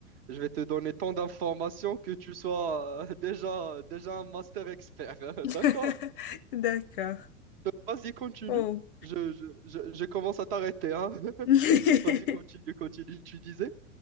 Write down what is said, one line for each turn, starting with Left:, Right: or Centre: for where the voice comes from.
Right: je vais te donner tant d'informations que tu sois euh, <laughs> déjà, déjà un master expert.
Left: <laughs>
Right: <laughs> D'accord?
Left: D'accord.
Right: Vas-y, continue.
Left: Oh.
Right: Je, je, je, je commence à t'arrêter, hein. <laughs>
Left: <laughs>
Right: Vas-y, continue, continue, tu disais.